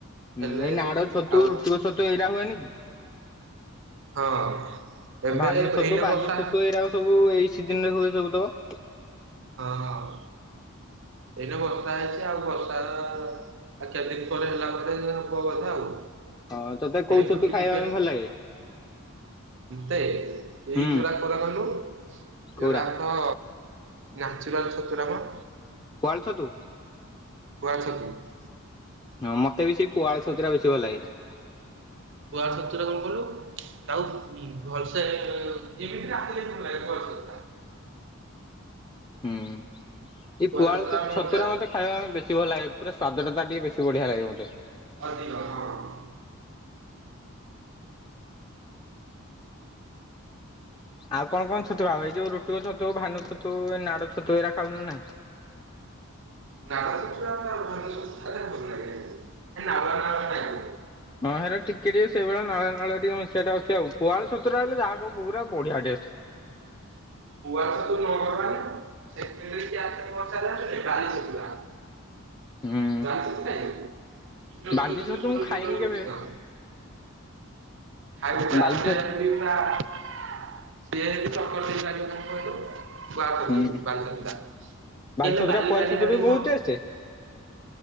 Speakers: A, on the left; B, on the right.
A: ହୁଁ,
B: ହେଲେ
A: ଏଇ ନାଡ
B: ଯେ
A: ଛତୁ,
B: ଆଉ
A: ରୁଟୁକ ଛତୁ ଏଇରା ହୁଏନି କି?
B: ହଁ। ଏବେ
A: ଭାନୁ ଛତୁ,
B: ଏଇନେ
A: ବାଲି
B: ବର୍ଷା
A: ଛତୁ ଏଇରାକ ସବୁ ଏଇ ସିଜନ ରେ ହୁଏ ସବୁ ତକ।
B: ହଁ ହଁ। ଏଇନେ ବର୍ଷା ହେଇଚି ଆଉ ବର୍ଷା ଆଉ କେତେ ଦିନ ପରେ ହେଲା ପରେ ହବ ବୋଧେ ଆଉ।
A: ହଁ ତୋତେ
B: ଏଇନେ
A: କୋଉ
B: ଫୁଟି
A: ଛତୁ ଖାଇବା
B: ଫୁଟି
A: ପାଇଁ ଭଲ ଲାଗେ?
B: ମତେ, ଏଇ
A: ହୁଁ
B: ଯୋଉରା କୋଉରା କହିଲୁ,
A: କୋଉରା
B: ଯୋଉରା ହଁ। ନାଚୁରାଲ୍ ଛତୁ ଟା ଭଲ।
A: ପୁଆଳୁ ଛତୁ।
B: ପୁଆଳୁ ଛତୁ ନୁହଁ।
A: ହଁ ମତେ ବି ସେଇ ପୁଆଳ ଛତୁରା ବେଶୀ ଭଲ ଲାଗେ।
B: ପୁଆଳୁ ଛତୁ ଗୁରା କଣ କହିଲୁ ତାକୁ ଭଲସେ ଯେମିତି ରାନ୍ଧିଲେ ବି ଭଲ ଲାଗେ ପୁଆଳୁ ଛତୁ।
A: ହୁଁ। ଏଇ
B: କୁଆ
A: ପୁଆଳୁ
B: ଛତୁର ମଜା
A: ଛତୁରା ମତେ ଖାଇବା ପାଇଁ ବେଶୀ ଭଲ ଲାଗେ। ପୁରା ସ୍ୱାଦଟା ତାର ଟିକେ ବେଶୀ ବଢିଆ ଲାଗେ ମତେ।
B: <unintelligible>
A: ଆଉ କଣ କଣ ଛତୁ ଆଉ ହବ? ଏଇ ଯୋଉ ରୁଟୁକ ଛତୁ, ଭାନୁ ଛତୁ, ଏଇ ନାଡ ଛତୁ, ଏଇରା ଖାଉନି ନା ନାଇଁ?
B: ନାଡ଼ ଛତୁଟା ଭାନୁ ଛତୁଠାରୁ ଭଲ ଲାଗେ। ଏ ନାଳୁଆ ନାଳୁଆ ଲାଗେ।
A: ହଁ ହେଇରା ଟିକେ ଟିକେ ସେଇଭଳିଆ ନାଳୁଆ ନାଳୁଆ ଟିକେ ମିଶିଆଟା ଅଛି ଆଉ। କୁଆଳ ଛତୁଟା ହେଲେ ଯାହା କୁହ ପୁରା ବଢିଆ ଟେଷ୍ଟ।
B: କୁଆ ଛତୁ ନଗର ମାନେ ସେ <unintelligible> କିଏ ଆସିନି ବର୍ଷାରେ ଯାଉ ବାଲି ଛତୁ ଗୁରା ହଁ
A: ହୁଁ
B: ବାଲି ଛତୁ କାଇଁ? ଛୋଟ
A: ବାଲି
B: ଛୋଟ
A: ଛତୁ
B: ଛୋଟ
A: ମୁଁ
B: ଛୋଟ
A: ଖାଇନି
B: ଛୋଟ
A: କେବେ
B: ଅଛି ତ। <unintelligible>
A: ବାଲି ଛତୁ
B: <unintelligible> କଣ କହିଲୁ? <unintelligible> ବାଲି ଛତୁଟା,
A: ହୁଁ
B: କିଏ ହେଲେ ବାଲି
A: ଛତୁରା ପୁଆଳ ଛତୁରୁ
B: ବାଲି
A: ବି ବହୁତ ଟେଷ୍ଟ।
B: <unintelligible>